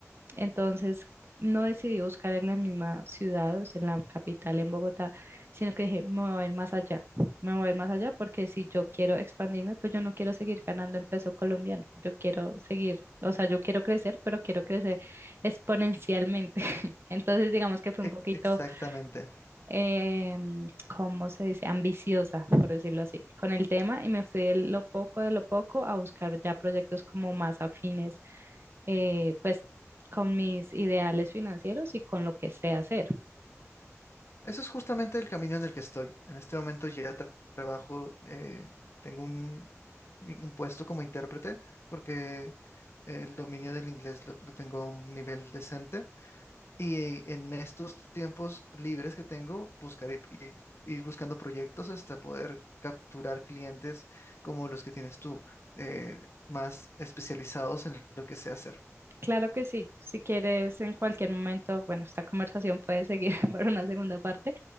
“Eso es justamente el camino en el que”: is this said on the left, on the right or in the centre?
Left